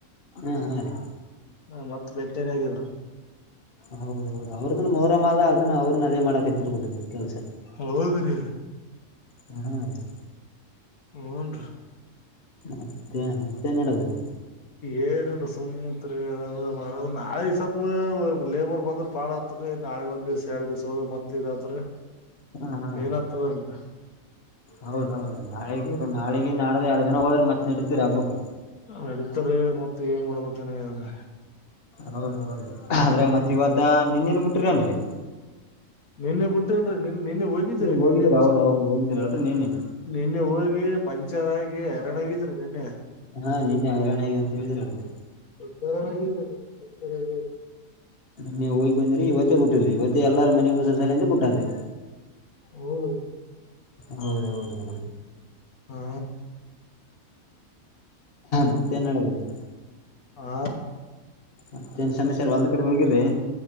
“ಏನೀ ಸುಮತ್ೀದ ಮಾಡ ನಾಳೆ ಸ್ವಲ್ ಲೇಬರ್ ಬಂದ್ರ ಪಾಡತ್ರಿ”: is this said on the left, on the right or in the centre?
Left